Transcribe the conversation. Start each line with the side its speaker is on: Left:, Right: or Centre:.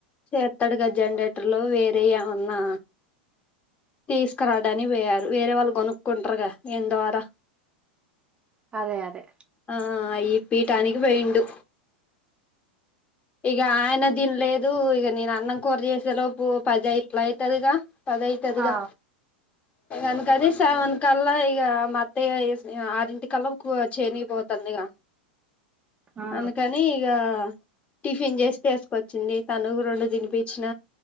Left: చేతాడుగా జనరేటర్ లో వేరే ఏమన్నా తీ క్క రాడాని వయారు వేరే వాళ్ళ గొ కుంట్రగా ఎంత వార
Right: అదే అదే
Left: ఆ ఈ పీఠానీనికి పోయిడు ఇక ఆయన దీన్లేదు ఇక నేను అన్నం కూర చేసేలోపు పద ఇట్లా అవుతది ఇక పదైతుదిగా
Right: ఆ
Left: ఇనకద సవన్ కల్ ఈ మ ఆరింటి కల్ ఎక్కువ చేనిగిపోతుంది ఇక
Right: ఆ
Left: అందుకని ఇగా టిఫిన్ చేసి వసుకొచ్చింది తను రెండు తినిపించిన